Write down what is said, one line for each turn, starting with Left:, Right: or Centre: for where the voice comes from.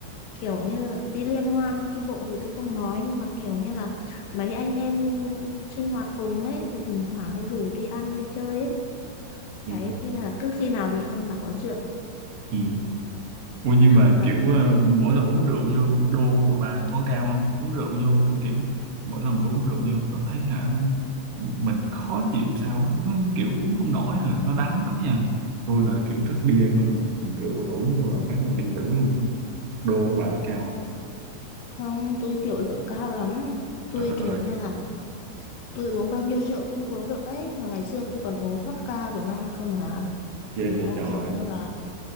Left: kiểu như đi liên hoan chi bộ thì tôi không nói nhưng mà kiểu như là mấy anh em sinh hoạt cùng ấy thì thỉnh thoảng hay rủ đi ăn đi chơi ấy
Right: ừ,
Left: đấy thế là cứ khi nào đi ăn là có rượu
Right: ừ. ủa nhưng mà
Left: mà
Right: kiểu
Left: tôi
Right: ờ, mỗi lần uống rượu vô đô của bà có cao không uống rượu vô tôi kiểu mỗi lần tôi uống rượu vô tôi cảm thấy hả mình khó chịu sao á nó kiểu uống không nổi à nó đắng lắm nha tôi là kiểu thích bia hơn còn rượu là uống vô là phát là đi ngủ luôn á đô của bà cao
Left: Không, tôi tiểu lượng cao lắm. Tôi
Right: trời đất
Left: kiểu
Right: ơi
Left: như là tôi uống bao nhiêu rượu tôi cũng uống được đấy. Mà ngày xưa tôi còn uống vodka của Nga cơ mà.
Right: ghê
Left: Nó
Right: vậy trời
Left: kiểu như là